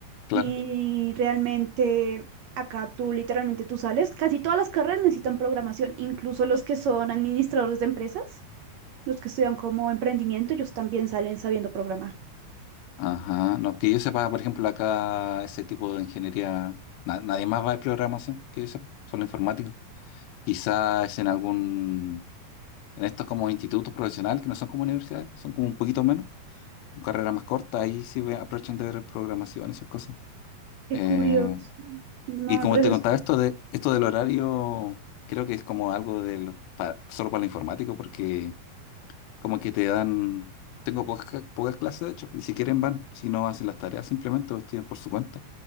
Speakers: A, on the left (about 85°); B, on the right (about 85°).
A: claro.
B: Y realmente acá tú literalmente tú sales, casi todas las carreras necesitan programación, incluso los que son administradores de empresas Los que estudian como emprendimiento, ellos también salen sabiendo programar.
A: Ajá, no, que yo sepa, por ejemplo, acá ese tipo de ingeniería, na- nadie más va de programación, que yo sepa, solo informático. Quizás en algún En estos como institutos profesionales, que no son como universidades, son como un poquito menos, carreras más cortas, ahí sí ve- aprovechan de ver programación, esas cosas.
B: Qué
A: Eh,
B: curioso. No
A: y
B: me
A: como
B: parece.
A: te contaba, esto de esto del horario, creo que es como algo de los- para, solo para el informático, porque como que te dan, tengo pocas, pocas clases, de hecho, y si quieren van, si no hacen las tareas simplemente o estudian por su cuenta.